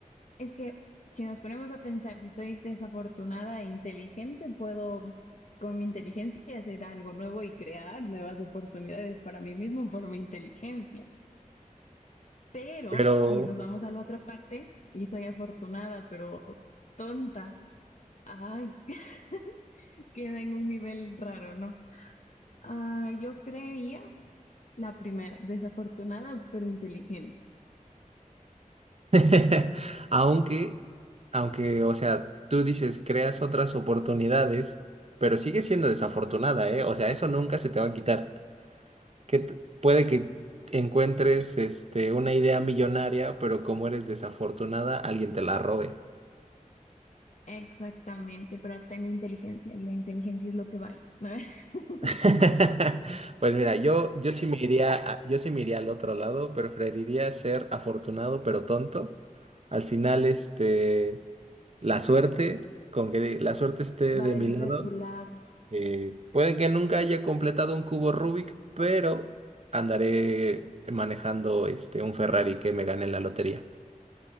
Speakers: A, on the left (about 60°); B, on the right (about 50°).
A: es que si nos ponemos a pensar, si soy desafortunada e inteligente, puedo con mi inteligencia hacer algo nuevo y crear nuevas oportunidades para mí mismo por mi inteligencia. Pero
B: Pero
A: si nos vamos a la otra parte y soy afortunada, pero tonta, ay, <laughs> queda en un nivel raro, ¿no? Ah, yo creería la primera, desafortunada pero inteligente.
B: <laughs> aunque, aunque, o sea, tú dices creas otras oportunidades, pero sigues siendo desafortunada, ¿eh? O sea, eso nunca se te va a quitar. que t- puede que encuentres este, una idea millonaria, pero como eres desafortunada, alguien te la robe.
A: Exactamente, pero tengo inteligencia y la inteligencia es lo que vale, ¿no? <laughs>
B: <laughs> Pues mira, yo, yo sí me iría a- yo sí me iría al otro lado, preferiría ser afortunado pero tonto. Al final, este, la suerte, con que la suerte esté
A: Va
B: de
A: a
B: mi lado,
A: ir de tu lado.
B: eh, puede que nunca haya completado un cubo Rubik, pero andaré manejando este, un Ferrari que me gane en la lotería.